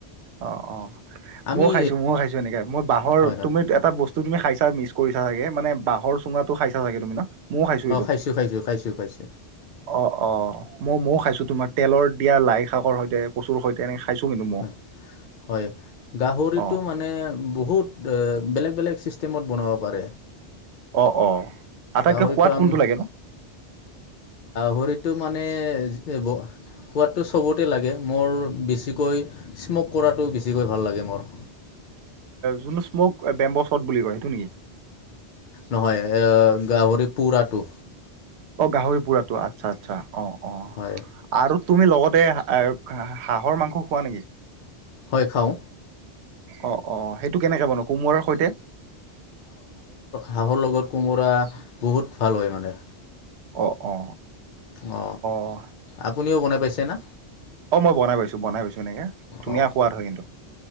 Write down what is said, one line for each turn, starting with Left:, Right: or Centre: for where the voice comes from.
Right: অ - অ।
Left: আমি
Right: ময়ও খাইছো ময়ও খাইছো এনেকে মই বাহৰ
Left: হয় হয়
Right: তুমি এটা বস্তু তুমি খাইছা মিছ কৰিছা চাগে মানে বাহৰ চুঙাতটো খাইছা চাগে তুমি ন। ময় খাইছো এইটো
Left: অঁ খাইছোঁ খাইছোঁ খাইছোঁ খাইছোঁ
Right: অ - অ মই ময়ো খাইছো তোমাৰ তেলৰ এতিয়া লাই শাকৰ সতে কচুৰ সৈতে। এনেকে খাইছো কিন্তু ময়ো
Left: হয় - হয় গাহৰিটো
Right: অ
Left: মানে বহুত বেলেগ - বেলেগ চিষ্টেমত বনাব পাৰে।
Right: অ - অ আটাইতকে
Left: গাহৰিটো
Right: সোৱাদ
Left: আমি
Right: কোনটো লাগে ন।
Left: ভৰিতটো মানে সোৱাদটো চবতে লাগে মোৰ বেছিকৈ স্মক কৰাটো বেছিকৈ ভাল লাগে মোৰ
Right: যোন স্মক বেম্ব শট বুলি কয় সেইটো নেকি।
Left: নহয় এ গাহৰি পোৰাটো
Right: অ, গাহৰি পোৰাতটো আচ্ছা - আচ্ছা অ, অ
Left: হয়।
Right: আৰু তুমি লগতে হাহৰ মাংস খোৱা নেকি?
Left: হয় খাও।
Right: অ - অ সেইটো কেনেকে বনো কোমোৰাৰ সৈতে।
Left: হাহৰ লগত কোমোৰা বহুত ভাল হয় মানে।
Right: অ - অ।
Left: অ,
Right: অ
Left: আপুনিও বনাই পাইছে না।
Right: অ, মই বনাই পাইছো - বনাই পাইছো এনেকে ধুনীয়া
Left: অঁ
Right: সোৱাদ হয় কিন্তু।